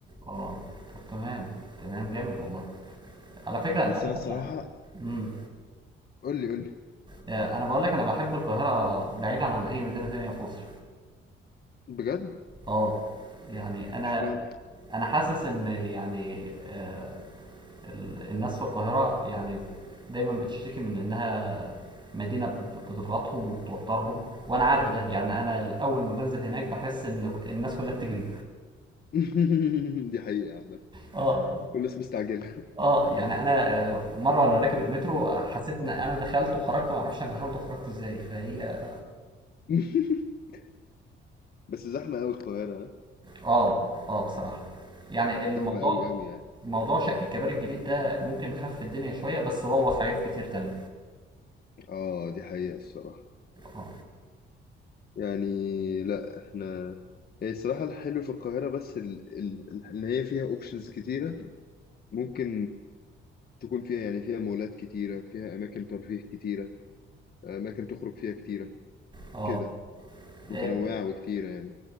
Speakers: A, on the right; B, on the left.
A: اه طب تمام تمام جامد والله على فكرة
B: بس
A: انت عارف
B: أنا الصراحة
A: امم
B: قول لي قول لي
A: انا بقول لك انا بحب القاهرة بعيدا عن اي مدينة ثانية في مصر
B: بجد
A: اه يعني انا
B: اشمعنى
A: انا حاسس ان يعني آه، ال- الناس في القاهرة يعني دايما بتشتكي من انها مدينة ب- بتضغطهم وبتوترهم وانا عارف ده يعني انا اول ما بنزل هناك بحس ان الناس كلها بتجري
B: <laughs> دي حقيقة عامة
A: اه
B: والناس مستعجلة
A: اه يعني انا آه، مره وانا راكب المترو حسيت ان انا دخلت وخرجت ما اعرفش انا دخلت وخرجت ازاي فهي
B: <laughs> بس زحمة أوي القاهرة ها؟
A: اه اه بصراحه يعني الموضوع
B: زحمة أوي أوي يعني
A: موضوع شق الكباري الجديد ده ممكن خف الدنيا شوية بس بوظ حاجات كتير تانية
B: اه دي حقيقة الصراحة
A: اه
B: يعني لا احنا هي الصراحة الحلو في القاهرة بس ال... ال... ال- إن هي فيها أوبشنز كتيرة ممكن تكون فيها يعني فيها مولات كتيرة فيها أماكن ترفيه كتيرة أماكن تخرج فيها كتيرة
A: اه
B: كده متنوعة
A: إيه،
B: وكتيرة يعني